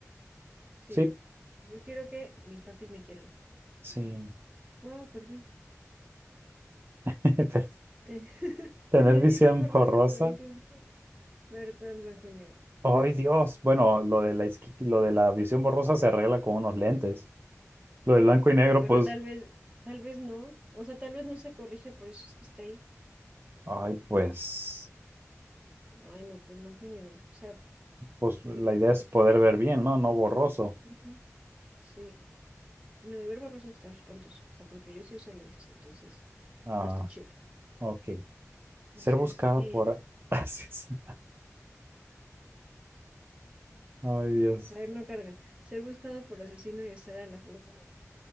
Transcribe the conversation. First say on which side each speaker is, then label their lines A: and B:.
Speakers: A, on the right; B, on the right.
A: Sí,
B: Sí,
A: yo quiero que mis papis me quieran.
B: sí.
A: Wow, perdí.
B: <laughs> Te-
A: Te- <laughs>
B: Tener
A: Tener
B: visión
A: visión borrosa
B: borrosa.
A: todo el tiempo, ver todo en blanco y negro.
B: ¡Ay, Dios! Bueno, lo de la, isqui- lo de la visión borrosa se arregla con unos lentes. Lo de blanco y negro,
A: Pero
B: pues,
A: tal vez, tal vez no. O sea, tal vez no se corrige, por eso es que está ahí.
B: ay, pues,
A: Ay, no, pues blanco y negro. O sea,
B: pues la idea es poder ver bien, ¿no? No borroso.
A: ujú, sí. No, de ver borroso está espantoso. O sea, porque yo sí uso lentes, entonces
B: Ah,
A: no está chido.
B: ok.
A: Entonces,
B: Ser buscado
A: eh,
B: por <laughs> asesino. Ay, Dios.
A: a ver, no carga. Ser buscado por asesino y estar a la fuga.